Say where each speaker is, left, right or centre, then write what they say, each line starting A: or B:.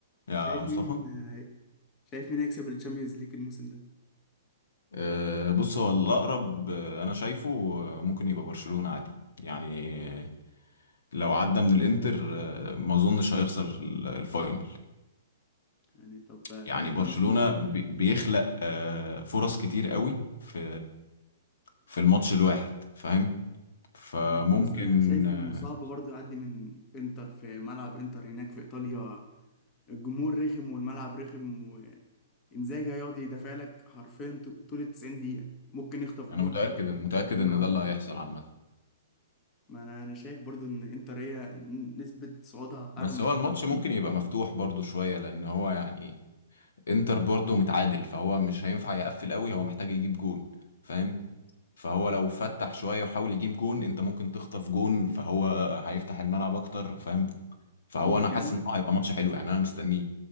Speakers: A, on the left (about 75°); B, on the left (about 20°).
A: يا
B: شايف
A: مصطفى
B: مين شايف مين يكسب الشامبيونز ليج الموسم ده؟
A: آه، بص هو الاقرب آه، انا شايفه آه، ممكن يبقى برشلونة عادي يعني لو عدى من الانتر آه، ما اظنش هيخسر ال- الفاينل
B: يعني طب باريس
A: يعني برشلونة
B: مثلا
A: بي- بيخلق آه، فرص كتير قوي في في الماتش الواحد فاهم فممكن
B: فاهم بس انا شايف
A: آه،
B: انه صعب برضه يعدي من انتر في ملعب انتر هناك في ايطاليا الجمهور رخم والملعب رخم وانزاجي هيقعد يدافع لك حرفيا ط- طول ال 90 دقيقة ممكن يخطف
A: انا
B: جول
A: متأكد
B: كده
A: متأكد
B: وينام
A: ان
B: عليه
A: ده اللي هيحصل عامة
B: ما انا انا شايف برضه ان انتر هي نسبة صعودها
A: بس
B: اعلى من
A: هو
B: برشلونة
A: الماتش
B: بكتير
A: ممكن يبقى مفتوح برضو شوية لان هو يعني انتر برضو متعادل فهو مش هينفع يقفل قوي هو محتاج يجيب جون فاهم فهو لو فتح شوية وحاول يجيب جون انت ممكن تخطف جون فهو هيفتح الملعب اكتر فاهم فهو
B: ممكن
A: انا حاسس
B: اه
A: ان هو هيبقى ماتش حلو يعني انا مستنيه